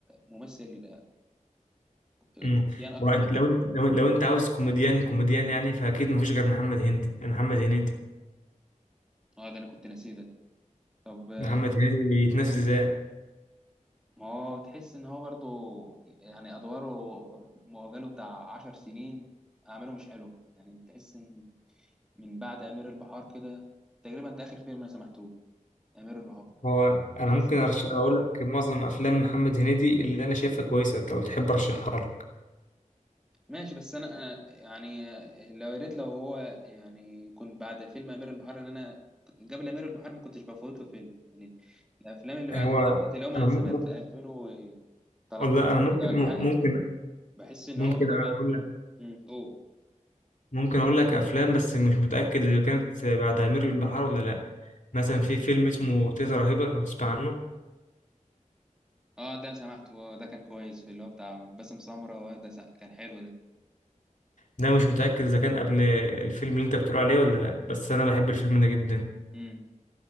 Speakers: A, in the centre; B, on the left.
A: ممثل آه،
B: امم
A: كوميديان اكتر
B: وانت لو انت لو, لو انت عاوز كوميديان كوميديان يعني فاكيد مفيش غير محمد هندي محمد هنيدي
A: اه ده انا كنت ناسيه ده طب آه،
B: محمد هنيدي يتناسي ازاي
A: ما هو تحس ان هو برضه يعني ادواره مؤجله بتاع عشر سنين اعماله مش حلو يعني تحس ان من بعد امير البحار كده تقريبا ده اخر فيلم انا سمعته امير البحار
B: هو انا
A: تحس
B: ممكن ارشح
A: ان هو
B: اقول لك معظم افلام محمد هنيدي اللي انا شايفها كويسه لو تحب ارشحها لك
A: ماشي بس انا آه، يعني آه، لو يا ريت لو هو يعني كنت بعد فيلم امير البحار ان انا قبل امير البحار ما كنتش بفوت له فيلم يعني الافلام اللي بعد
B: هو
A: كده بدات اللي هو من
B: انا ممكن
A: سنه 2013
B: والله انا ممكن
A: كده ولا
B: م-
A: حاجه
B: ممكن
A: بحس ان
B: ممكن
A: هو بقى
B: اقول
A: بي-
B: لك
A: مم، قول
B: ممكن اقول لك افلام بس مش متاكد اذا كانت بعد امير البحار ولا لا مثلا في فيلم اسمه تيتا رهيبه لو تسمع عنه
A: اه ده انا سمعته آه، ده كان كويس في اللي هو بتاع باسم سمرة آه، ده س- كان حلو ده
B: ده مش متاكد اذا كان قبل الفيلم اللي انت بتقول عليه ولا لا بس انا بحب الفيلم ده جدا
A: امم